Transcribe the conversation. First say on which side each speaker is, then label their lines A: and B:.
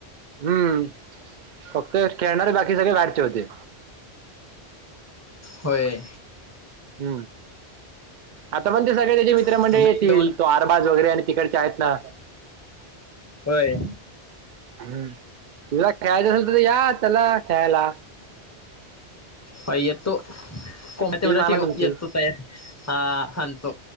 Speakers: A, on the right; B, on the left.
A: हम्म फक्त खेळणारे बाकी सगळे बाहेरचे होते.
B: होय.
A: हम्म आता पण ते सगळे मित्रमंडळी
B: बाकी
A: येतील तो आरबाज वगैरे आणि तिकडच्या आहेत ना
B: होय
A: हम्म तुमला खेळय दिस या चला ख्यायला.
B: हो येतो कोमते बड
A: आणा
B: ठेव
A: तुमची
B: येतो तया ह हंतु